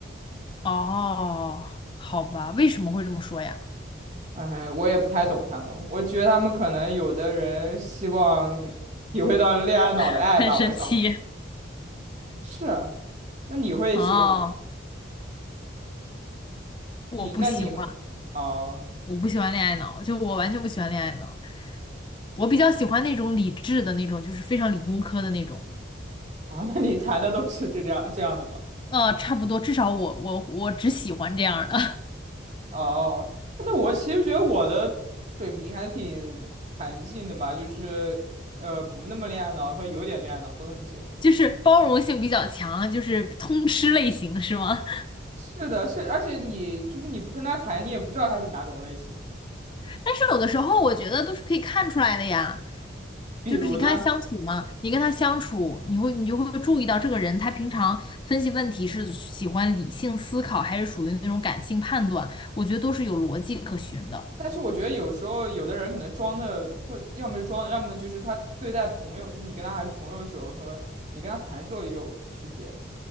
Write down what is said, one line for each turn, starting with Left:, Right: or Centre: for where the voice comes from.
Left: 哦，好吧，为什么会这么说呀？
Right: 嗯，我也不太懂他们，我觉得他们可能有的人希望体会到恋爱脑的爱吧，
Left: <laughs> 很神奇。
Right: 我也搞不懂。是啊，那你会希望吗
Left: 哦，我不喜欢，
Right: 你那你会哦
Left: 我不喜欢恋爱脑，就我完全不喜欢恋爱脑。我比较喜欢那种理智的那种，就是非常理工科的那种。
Right: 哦，那你谈的都是这样这样的吗？
Left: 呃，差不多，至少我我我只喜欢这样儿的，
Right: 哦，那我其实觉得我的水平还挺弹性的吧，就是呃不那么恋爱脑和有点恋爱脑都能接受。
Left: <laughs> 就是包容性比较强，就是通吃类型，是吗？
Right: 是的，是，而且你就是你不跟他谈，你也不知道他是哪种类型。
Left: 但是有的时候我觉得都是可以看出来的呀，
Right: 比如呢？
Left: 就是你跟他相处嘛，你跟他相处，你会你就会注意到这个人他平常分析问题是喜欢理性思考，还是属于那种感性判断，我觉得都是有逻辑可循的。
Right: 但是我觉得有时候有的人可能装的，或要么是装，要么就是他对待朋友，就是你跟他还是朋友的时候和你跟他谈之后也有区别的。